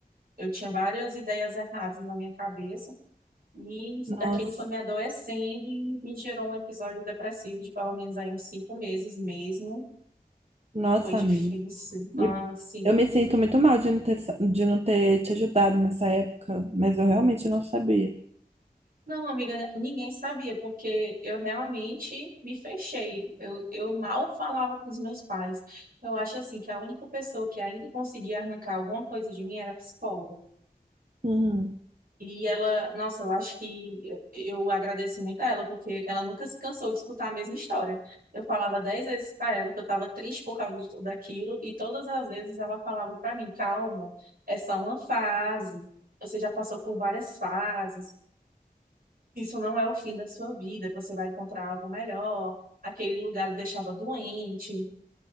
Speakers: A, on the right; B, on the right.
A: eu tinha várias ideias erradas na minha cabeça. E
B: Nossa,
A: aquilo foi me adoecendo e me gerou um episódio depressivo de pelo menos aí uns cinco meses mesmo.
B: nossa,
A: Foi difícil.
B: amiga.
A: Ah,
B: E
A: sim.
B: eu me sinto muito mal de não ter, sa- de não ter te ajudado nessa época, mas eu realmente não sabia.
A: Não, amiga, ninguém sabia, porque eu realmente me fechei. Eu, eu mal falava com os meus pais. Eu acho assim que a única pessoa que ainda conseguia arrancar alguma coisa de mim era a psicóloga.
B: Uhum,
A: E ela, nossa, eu acho que eu, eu agradeço muito a ela, porque ela nunca se cansou de escutar a mesma história. Eu falava dez vezes para ela que eu estava triste por causa de tudo aquilo, e todas as vezes ela falava para mim: calma, é só uma fase, você já passou por várias fases, isso não é o fim da sua vida, você vai encontrar algo melhor. Aquele lugar lhe deixava doente.